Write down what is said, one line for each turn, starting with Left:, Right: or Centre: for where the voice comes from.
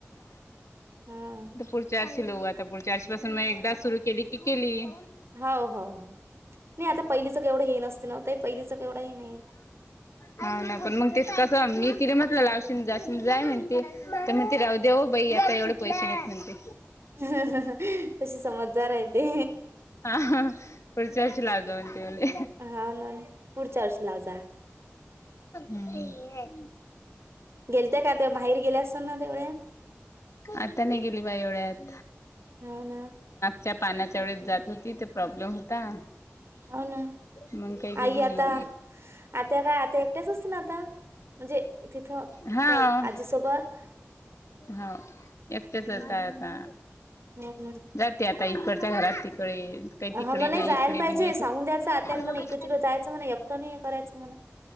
Right: हा!
Left: पुढच्या वर्षी लाऊ आता पुढच्या वर्षी पासून मग एकदा सुरु केली की केली.
Right: हो हो नाही आता पहिलीचं केवढं हे नसते नव्ह तई पहिलीचं केवढं हे नाही.
Left: हा ना पण मग तेच कसं मी तिथे म्हटलं लावशन जाशन जाय म्हणती. तर म्हणती राहूदे हो बाई आता एवढे पैसे नाही म्हणते.
Right: तशी समजदार आहे ते.
Left: हा हा पुढच्याशी लावते म्हणे.
Right: हाव ना पुढच्या वर्षी लाव जा.
Left: हम्म!
Right: गेलत्या का ते माहेरी गेलत्या असन ना तेवढया?
Left: आता नाही गेली बाई एवढ्यात
Right: हो ना
Left: च्या पाण्याच्या वेळेत जात होती ते प्रॉब्लेम होता.
Right: हो ना
Left: मग काही गेली
Right: आई आता,
Left: नाही
Right: आत्या काय आत्या एकट्याच असतील आता? म्हणजे तिथं
Left: हा
Right: त्या आजीसोबत.
Left: हो एकटेच
Right: हम्म
Left: आहेत आता.
Right: हो ना.
Left: जाते आता इकडच्या घरात तिकडे काही तिकडे
Right: हो ना नाही
Left: काही
Right: जायला
Left: इकडे
Right: पाहिजे
Left: म्हणजे अस
Right: सांगून द्यायचं आत्याला म्हणा इकडे तिकडे जायचं म्हणा एकटं नाही हे करायचं म्हणा.